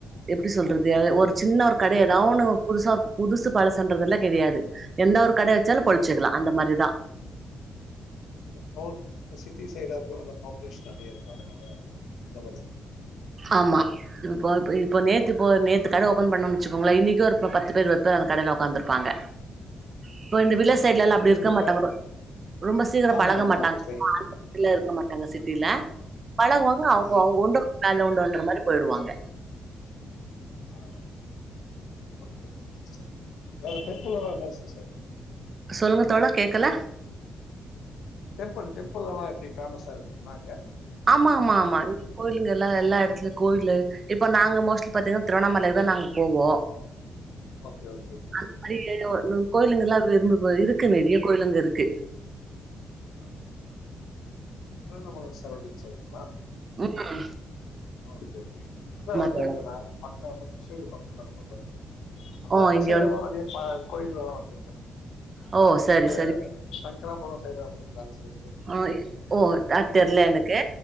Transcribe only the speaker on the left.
டவுன் சிட்டி சைடா இருக்கு நல்லா பாப்புலேஷன் நெறய இருக்கு அதனால அந்த மாரி
இருக்குதுல்ல
ஆமா
ஆமா
சிஸ்டர்
ஆ
ஆ ஓகே ஓகே சிஸ்டர் ஒங்க ப்ரெண்ட்டெல்லா என்ன <inaudible>
டெம்புள் டெம்புள்லல்லா எப்டி ஃபேமஸா இருக்குமா அங்க
ஓகே ஓகே மேம்
அ ஓகே திருவண்ணாமல சரவுண்டுங் சைடுங்களா
ஓகே ஓகே நா வந்திருக்கே
நா பக்கோ <unintelligible> பக்கோ தா நம்ம பண்ணிக்கலா
ந அந்த
சைடுல்லாம்
நெறைய கோயில்கள்ல்லா வந்துருக்கே
அங்கே
அக்ராபுரோ சைடு <unintelligible> ப்ராஞ்ச் இருக்கு